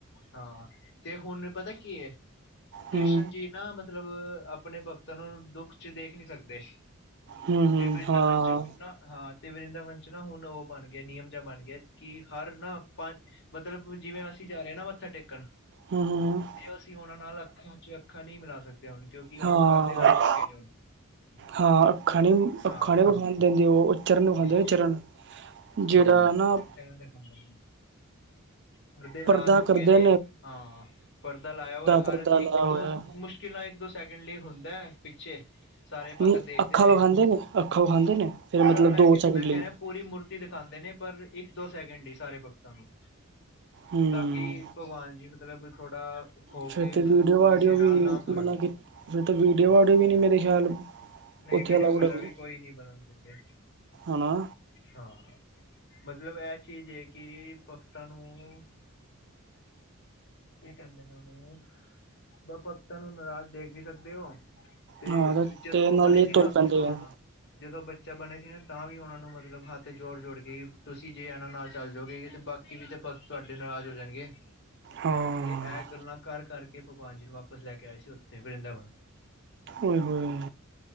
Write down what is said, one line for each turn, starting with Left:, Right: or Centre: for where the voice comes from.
Left: ਹਾਂ ਤੇ ਹੁਣ ਪਤਾ ਕੀ ਹੈ ਕ੍ਰਿਸ਼ਨ
Right: ਹੂੰ
Left: ਜੀ ਨਾ ਮਤਲਬ ਆਪਣੇ ਭਗਤਾਂ ਨੂੰ ਦੁੱਖ ਚ ਦੇਖ ਨੀ ਸਕਦੇ
Right: ਹੂੰ ਹੂੰ
Left: ਤੇ ਵਰਿੰਦਾਵਨ
Right: ਹਾਂ
Left: ਵਿੱਚ ਹੁੰਦਾ ਹਾਂ। ਤੇ ਵਰਿੰਦਾਵਨ ਚ ਨਾ ਹੁਣ ਉਹ ਬਣ ਗਿਆ ਨਿਯਮ ਜਿਹਾ ਬਣ ਗਿਆ ਕਿ ਹਰ ਨਾ ਪੰਜ। ਮਤਲਬ ਜਿਵੇਂ ਅਸੀਂ ਜਾ ਰਹੇ ਹ ਨਾ ਮੱਥਾ ਟੇਕਣ।
Right: ਹਮ ਹਾਂ।
Left: ਤੇ ਅਸੀਂ ਉਹਨਾਂ ਨਾਲ ਅੱਖਾਂ ਚ ਅੱਖਾਂ ਨਹੀਂ ਮਿਲਾ ਸਕਦੇ ਹਾਂ। ਕਿਉਂਕਿ ਹੁਣ
Right: ਹਾਂ
Left: ਪਰਦੇ ਲਾ ਚੁੱਕੇ ਨੇ ਹੁਣ
Right: ਹਾਂ ਅੱਖਾਂ ਨ
Left: ਹਾਂ
Right: ਅੱਖਾਂ ਨਹੀਂ ਵੇਖਣ ਦਿੰਦੇ ਉਹ ਚਰਨ ਵਿਖਾਉਦੇ
Left: ਹਾਂ
Right: ਚਰਨ। ਜਿਹੜਾ ਨਾ।
Left: ਟਾਇਮ ਤੇ ਖਾਂਦੇ ਨੇ। ਪਰਦੇ ਲਾ
Right: ਪਰਦਾ
Left: ਚੁੱਕੇ
Right: ਕਰਦੇ
Left: ਨੇ ਹਾਂ ਪਰਦਾ ਲਾਇਆ ਹੋਇਆ ਹਰ
Right: ਪਰਦਾ ਲਾਇਆ
Left: ਇੱਕ
Right: ਹੋਇਆ
Left: ਦੋ ਮੁਸ਼ਕਿਲ। ਕਿਲਾ ਇੱਕ ਦੋ ਸੈਕਿੰਡ ਲਈ ਹੁੰਦਾ ਪਿੱਛੇ। ਸਾਰੇ ਪਾ
Right: ਨਹੀਂ
Left: ਕੇ ਦੇਖਦੇ
Right: ਅੱਖਾਂ
Left: ਨੇ
Right: ਵਿਖਾਂਦੇ ਅੱਖਾਂ ਵਿਖਾਂਦੇ
Left: ਹ
Right: ਨੇ ਫਿਰ ਮਤਲਬ
Left: ਸਭ ਮੈਂ
Right: ਦੋ
Left: ਕ
Right: ਸੈਕਿੰਡ
Left: ਮੈਂ
Right: ਲਈ
Left: ਕਹਿਣਾ। ਪੂਰੀ ਮੂਰਤੀ ਦਿਖਾਉਂਦੇ ਨੇ ਪਰ ਇੱਕ ਦੋ ਸੈਕਿੰਡ ਲਈ ਸਾਰੇ ਭਗਤਾਂ ਨੂੰ।
Right: ਹੂੰ
Left: ਤਾਂ ਕਿ ਭਗਵਾਨ ਜੀ ਮਤਲਬ ਥੋੜ੍ਹਾ ਹੋ
Right: ਫਿਰ
Left: ਕੇ
Right: ਤੇ ਵੀਡੀਓ
Left: ਮਤਲਬ
Right: ਵਾਡੀਓ
Left: ਕਿਸੇ ਨਾਲ
Right: ਵੀ
Left: ਨਾ
Right: ਮਤਲਬ
Left: ਤੁਰਨ।
Right: ਕਿ ਫਿਰ ਤਾਂ ਵੀਡੀਓ
Left: ਹਾਂ
Right: ਵਾਡੀਓ ਵੀ ਨੀ ਮੇਰੇ ਖਿਆਲ।
Left: ਨਹੀਂ
Right: ਉੱਥੇ
Left: ਵੀਡੀਓ
Right: ਅਲਾਊਡ
Left: ਵਗੈਰਾ
Right: ਹੈਗੀ
Left: ਵੀ ਕੋਈ ਨਹੀਂ ਬਣਾਉਣ ਦਿੰਦੇ।
Right: ਹਨਾ
Left: ਹਾਂ, ਮਤਲਬ ਇਹ ਚੀਜ਼ ਹੈ ਕਿ ਭਗਤਾਂ ਨੂੰ। ਕੀ ਕਹਿੰਦੇ ਨੇ ਉਹਨੂੰ ਆਪ ਭਗਤਾਂ ਨੂੰ ਨਾਰਾਜ਼ ਦੇਖ ਵੀ ਸਕਦੇ ਹੋ। ਤੇ
Right: ਹਾਂ
Left: ਜਦੋਂ
Right: ਤੇ ਨਾਲੇ
Left: ਉਹ ਬਣੇ ਸੀ
Right: ਤੁਰ
Left: ਨਾ
Right: ਪੈਂਦੇ
Left: ਹਾਂ।
Right: ਆ
Left: ਜਦੋਂ ਬੱਚਾ ਬਣੇ ਸੀ ਨਾ ਤਾਂ ਵੀ ਉਹਨਾਂ ਨੂੰ ਮਤਲਬ ਹੱਥ ਜੋੜ ਜੋੜ ਕੇ ਤੁਸੀਂ ਜੇ ਇਹਨਾਂ ਨਾਲ ਚੱਲ ਜਾਓਗੇ ਤੇ ਬਾ। ਟੀ ਵੀ ਤੇ ਭਗਤ ਤੁਹਾਡੇ ਨਾਰਾਜ ਹੋ ਜਾਣਗੇ।
Right: ਹਾਂ
Left: ਤੇ ਇਹ ਗੱਲਾਂ ਕਰ ਕਰਕੇ ਭਗਵਾਨ ਜੀ ਨੂੰ ਵਾਪਸ ਲੈ ਕੇ ਆਏ ਸੀ ਉੱਥੇ ਵਰਿੰਦਾਵਨ।
Right: ਓਏ ਹੋਏ